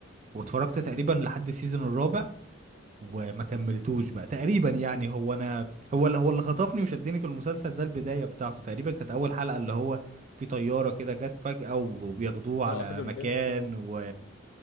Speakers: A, on the right; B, on the left.
A: واتفرجت تقريبا لحد السيزون الرابع وما كملتوش بقى تقريبا يعني هو انا هو اللي هو اللي خطفني وشدني في المسلسل ده البداية بتاعته تقريبا كانت اول حلقة اللي هو في طيارة كده جت فجأة وبياخدوه على
B: اه اخدوا
A: مكان
B: البنت و...
A: و...